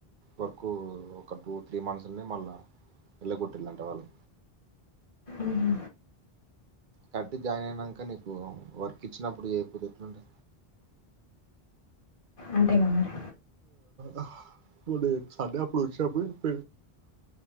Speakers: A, on the right (about 55°); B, on the left (about 55°).
A: వరకు ఒక టూ త్రీ మంత్స్నే మళ్ళా వెళ్ళగొట్టటిళ్ళంటే వాళ్ళు
B: ఉహు.
A: కట్టి జాయిన్ అయినాక నీకు వర్క్ ఇచ్చినప్పుడు ఏయిపోతే ఎట్లుండే
B: అంతేగా మరి
A: ఆ మంట సాడేప్పుడుచ్చ ప ప